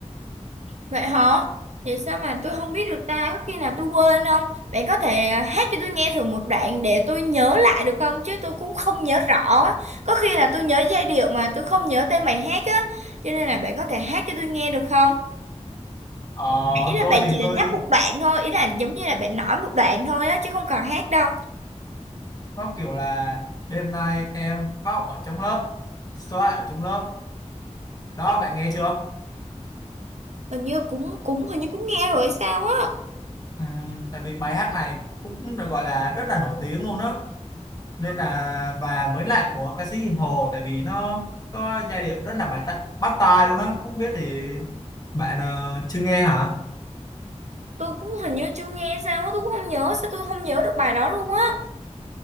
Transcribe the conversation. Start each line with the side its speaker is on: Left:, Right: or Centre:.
Right: Vậy hả? Vậy sao mà tôi không biết được ta? Có khi nào tôi quên không? Bạn có thể à, hát cho tôi nghe thử một đoạn để tôi nhớ lại được không? Chứ tôi cũng không nhớ rõ. á. Có khi là tôi nhớ giai điệu mà tôi không nhớ tên bài hát á. Cho nên là bạn có thể hát cho tôi nghe được không?
Left: Ờ,
Right: Ý là
Left: tôi
Right: bạn
Left: thì
Right: chỉ
Left: tôi
Right: là nhắc một đoạn thôi. Ý là giống như là bạn nói một đoạn thôi á. Chứ không cần hát đâu.
Left: nó kiểu là đêm nay em khóc ở trong lớp xoa ở trong lớp đó bạn nghe chưa
Right: Hình như cũng cũng hình như cũng nghe rồi hay sao á.
Left: Ừm, tại vì bài hát này cũng được gọi là rất là nổi tiếng luôn đó nên là và mới lạ của ca sĩ Hiền Hồ tại vì nó có giai điệu rất là bài tạ, bắt tai luôn đó không biết thì bạn ờ, chưa nghe hả
Right: Tôi cũng hình như chưa nghe sao á. Tôi cũng không nhớ. Sao tôi không nhớ được bài đó luôn á.